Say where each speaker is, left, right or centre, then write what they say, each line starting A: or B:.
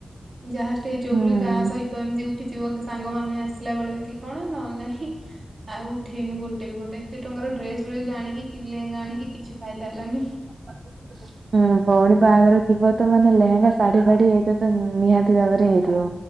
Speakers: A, on the right; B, on the right.
A: ଯାହା ଷ୍ଟେଜ
B: ହୁଁ
A: ଉପରେ କାହା ସହି ତ ଏମିତି ଉଠିଥିବ କି ସାଙ୍ଗ ମାନ ଆସିଲା ବେଳେ କି କଣ ନହେଲେ ନାହିଁ ଆଉ ଉଠେଇନୁ ଗୋ ଟେ ବି ଫୋଟ ଏତେ ଟଙ୍କାର ଡ୍ରେସ ଫ୍ରେସ୍ ଆଣିକି ଲେହେଙ୍ଗା ଆଣିକି କିଛି ଫାଇଦା ହେଲାନି।
B: <unintelligible> ହୁଁ ଭଉଣୀ ବାହାଘର ଥିବ ତ ମାନେ ଲେହେଙ୍ଗା ଶାଢୀ ଫାଢୀ ଏଇତ ତ ନିହାତି ଭାବରେ ହେଇଥିବ।